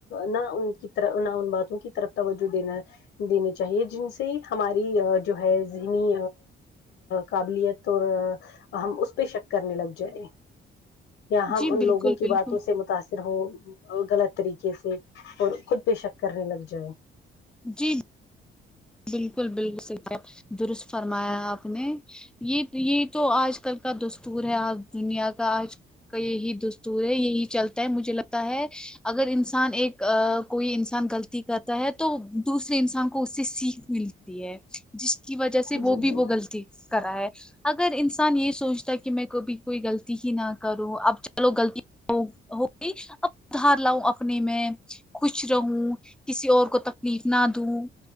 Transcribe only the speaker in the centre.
جی
بالکل
بالکل
جی بالکل بالکل سحی درست فرمایا آپ نے یہ یہ تو آج کل کا دستور ہے آج دنیا کا آج یہی دستور ہے یہی چلتا ہے مجھے لگتا ہے اگر انسان ایک کوئی انسان غلطی کرتا ہے تو تو دوسرے انسان کو اس سے سیکھ ملتی ہے جس کی وجہ سے وہ
بھی
وہ غلط کرا ہے اگر انسان یہ سوچتا ہے کہ میں کبھی کوئی غلطی ہی نہ کروں اب چلو غلط ہو ہوگئی ادھار لاؤ نے میں خوش رہوں کسی اور کو تکلیف نہ دوں